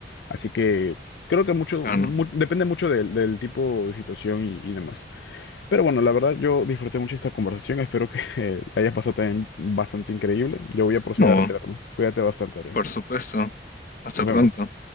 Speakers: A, on the left; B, on the left.
A: Así que creo que mucho,
B: Claro,
A: mu-
B: no.
A: depende mucho del, del tipo de situación y, y demás. Pero bueno, la verdad yo disfruté mucho esta conversación, espero que <laughs> eh, la hayas pasado también bastante increíble. Yo voy a proceder
B: No,
A: a retirarme. Cuídate bastante, Adrián.
B: por supuesto. Hasta
A: Nos
B: pronto.
A: vemos.